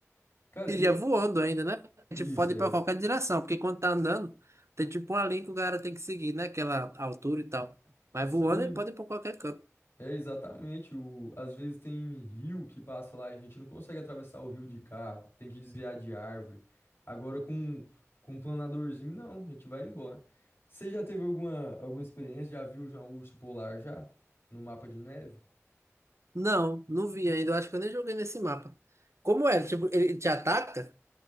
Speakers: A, on the left (about 45°); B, on the right (about 60°).
A: Cara,
B: Iria
A: e eu-
B: voando ainda, né? Tipo,
A: isso
B: pode
A: é.
B: ir pra qualquer direção, porque quando tá andando, tem tipo uma linha que o cara tem que seguir, né? Aquela altura e tal. Mas
A: Sim,
B: voando ele pode ir pra qualquer canto.
A: é exatamente. O, às vezes tem rio que passa lá e a gente não consegue atravessar o rio de carro, tem que desviar de árvore. Agora com, com um planadorzinho, não, a gente vai embora. Você já teve alguma, alguma experiência? Já viu já um urso polar já? No mapa de neve?
B: Não, não vi ainda. Eu acho que eu nem joguei nesse mapa. Como é? Tipo, ele te ataca?